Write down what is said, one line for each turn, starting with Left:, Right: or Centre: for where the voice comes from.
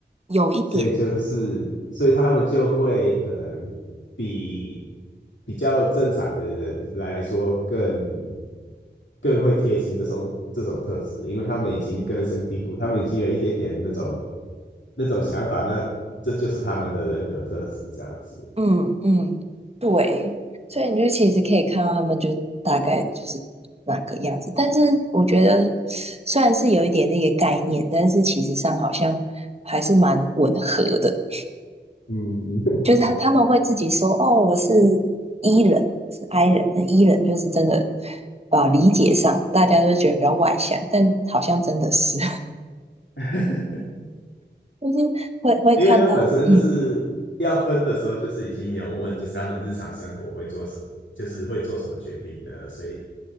Right: 有一点，
Left: 所以就是，所以他们就会可能比比较正常的人来说更更会贴近这种这种特质，因为他们已经根深蒂固，他们已经有一点点那种那种想法，那这就是他们的人格特质这样子。
Right: 嗯嗯，对，所以你就其实可以看到他们就大概就是那个样子，但是我觉得虽然是有一点那个概念，但是其实上好像还是蛮吻合的。
Left: 嗯，
Right: 就是他他们会自己说，哦，我是 E 人，是 I 人。那 E 人就是真的，啊，理解上大家都觉得比较外向，但好像真的是，
Left: <laughs>
Right: <laughs> 就是会会看到，
Left: 因为他本身就是要分的时候，
Right: 嗯，
Left: 就是已经有问，就是他们日常生活会做什么，就是会做什么决定的，所以